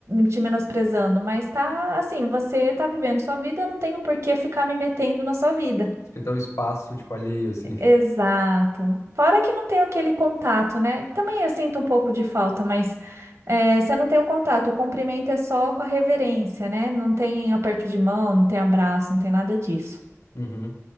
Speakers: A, on the right; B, on the left.
A: te menosprezando, mas tá assim, você tá vivendo sua vida, eu não tenho por que ficar me metendo na sua vida.
B: respeitar o espaço, tipo, alheio, assim.
A: Exato. Fora que não tem aquele contato, né? Também eu sinto um pouco de falta, mas é, você não tem o contato. O cumprimento é só com a reverência, né? Não tem aperto de mão, não tem abraço, não tem nada disso.
B: Uhum.